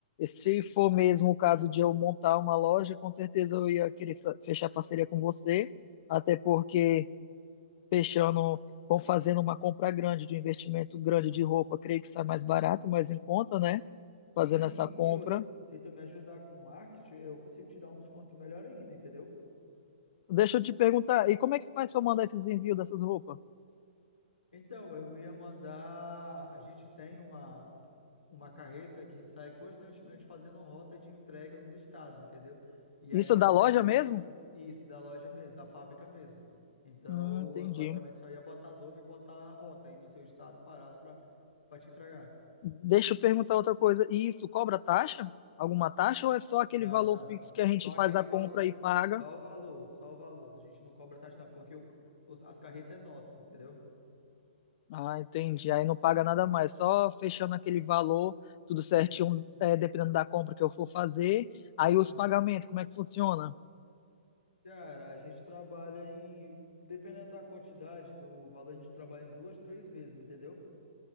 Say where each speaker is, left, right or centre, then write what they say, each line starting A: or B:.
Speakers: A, on the left (about 45°); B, on the left (about 85°).
A: se for mesmo o caso de eu montar uma loja, com certeza eu ia querer fe- fechar parceria com você, até porque fechando, com fazendo uma compra grande de um investimento grande de roupa, creio que sai mais barato, mais em conta, né? Fazendo
B: Sim, sim.
A: essa compra.
B: E outra, se tu me ajudar com marketing, eu consigo te dar um desconto melhor ainda, entendeu?
A: Deixa eu te perguntar, e como é que faz para mandar esses envios dessas roupas?
B: Então, eu ia mandar. A gente tem uma, uma carreta que sai constantemente fazendo rota de entrega nos estados, entendeu? E
A: Isso
B: aí eu
A: é da
B: só
A: loja
B: iria
A: mesmo?
B: deixar pra... isso, da loja mesmo, da fábrica mesmo. Então,
A: Hum, entendi.
B: eu basicamente só ia botar as roupas e botar a rota aí no seu estado, parar pra, pra te entregar.
A: Deixa eu perguntar outra coisa. E isso cobra taxa? Alguma taxa ou é só aquele
B: Não,
A: valor
B: não.
A: fixo que a gente
B: Só aquele
A: faz a
B: valor.
A: compra e paga?
B: Só o valor, só o valor. A gente não cobra taxa, não, porque o- os- as carretas é nosso, entendeu?
A: Ah, entendi. Aí não paga nada mais, só fechando aquele valor, tudo certinho,
B: Hum,
A: é, dependendo da compra que eu for fazer. Aí os
B: hum.
A: pagamentos, como é que funciona?
B: Cara, a gente trabalha em. Dependendo da quantidade do valor, a gente trabalha em duas, três vezes, entendeu?